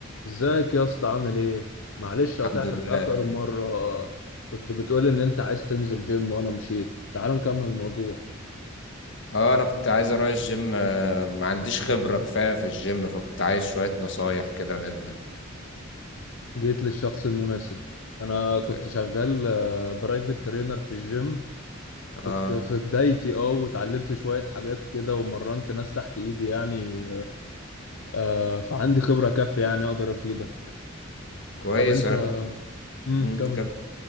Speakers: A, on the left; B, on the left.
A: ازيك يا اسطى عامل ايه معلش قطعتك
B: الحمد لله
A: اخر مره كنت بتقول ان انت عايز تنزل جيم وانا مشيت تعال نكمل الموضوع
B: اه انا كنت عايز اروح الجيم آه، ما عنديش خبرة كفاية في الجيم فكنت عايز شوية نصايح كده منك
A: جيت للشخص المناسب انا كنت
B: د-
A: شغال برايفت ترينر في الجيم كنت
B: اه
A: في بدايتي اه وتعلمت شويه حاجات كده ومرنت ناس تحت ايدي يعني آه، فعندي خبره كافيه يعني اقدر افيدك
B: كويس
A: طب انت
B: انا كنت
A: امم
B: مم،
A: كمل
B: كم